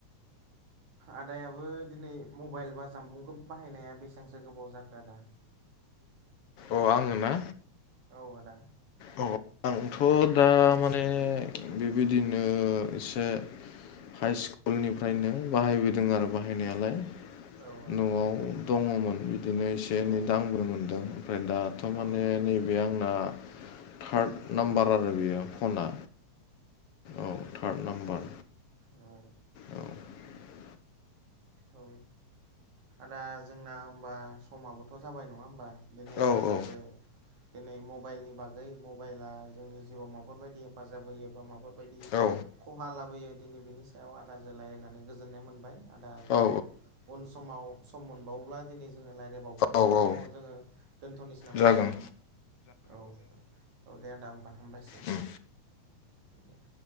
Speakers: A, on the right; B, on the left.
A: आदायाबो दिनै मबाइल बा जामफुंखौ बाहायनाया बेसेबांसो गोबाव जाखो आदा
B: अ आङो ना
A: औ आदा
B: औ आंथ' दा माने बेबायदिनो एसे हाइ स्कुलनिफ्रायनो बाहायबोदों आरो बाहायनायालाय
A: औ आदा
B: न'आव दङमोन बिदि बिदिनो एसे
A: औ
B: एनै दांबो्र मोनदों ओमफ्राय दाथ' माने
A: औ
B: नैबे आंना थार्द
A: औ
B: नाम्बार आरो बेयो फना औ थार्द नाम्बार
A: औ
B: औ <inaudible>
A: औ आदा जोंना होमबा समाबोथ' जाबाय नङा होनबा? दिनै
B: औ
A: आदा
B: औ
A: जे दिनै मबाइलनि बागै मबाइला जोंनि जिउआव माबफोरबायदि हेफाजाब होयो बा माबा बायदि
B: औ
A: खहा लाबोयो दिनै बिनि सायाव आदाजों रायज्लायनानै गोजोननाय मोनबाय आदा।
B: औ
A: उन समाव सम मोनबावोब्ला दिनि जोङो राय्लायबावगोन
B: औ
A: बे
B: औ
A: समाव जोङो दोन्थ'नोसै नामा
B: जागोन
A: आदा औ औ दे आदा होमबा हामबायसै
B: उम
A: दे